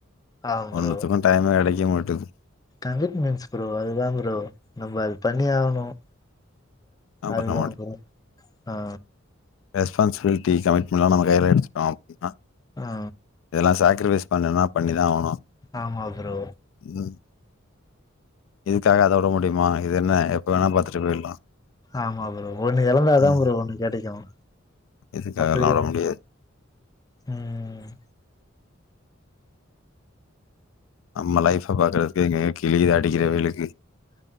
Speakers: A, on the left (about 20°); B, on the left (about 75°).
A: ஆ ப்ரோ
B: ஒன்னுத்துக்கும் டைம் இல்ல <unintelligible>
A: கமிட்மெண்ட்ஸ் ப்ரோ அது தான் ப்ரோ நம்ம அது பண்ணி ஆகணும்
B: என்ன
A: அது
B: பண்ண
A: தான் ப்ரோ ஆ
B: ரெஸ்பான்ஸ்பிலிட்டி கமிட்டிபண்ணாம நம் கையில் எடுத்துட்டோம் அப்பின்னா
A: ஆ
B: இதெல்லாம் சாக்கரிபேஸ் பண்ணனா பண்ணிதான் ஆகணும்
A: ஆமா ப்ரோ
B: ம். இதுக்காக அத விட முடியுமா இது என்ன எப்போவேணா பாத்துட்டு போயிடலாம்
A: ஆமா ப்ரோ ஒண்ணு இழந்ததான்
B: ம்.
A: ப்ரோ ஒண்ணு கெடைக்கும்
B: இதுக்காகலாம்
A: அப்படியா
B: விட முடியாது
A: ம்
B: நம்ம லைஃப் பாக்குறதுக்கு எங்க கிழிது அடிக்கிறவெய்யிளுக்கு